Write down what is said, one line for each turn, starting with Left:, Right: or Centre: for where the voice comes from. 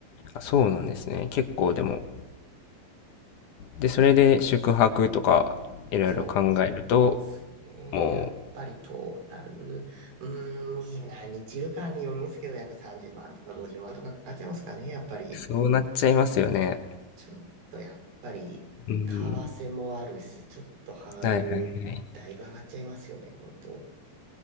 Left: あ、そうなんですね。結構でも。で、それで宿泊とか、いろいろ考えると、
Right: そうなんですよね。
Left: も
Right: やっぱりトータル、うーん、何日いるかによるんですけど、やっぱ30万とか50万とかかかっちゃいますかね、やっぱり。
Left: う、そうなっちゃいますよね。
Right: ちょっとやっぱり、
Left: うーん。
Right: 為替もあるし、ちょっとハードル、
Left: はいはいはい。
Right: だいぶ上がっちゃいますよね、本当。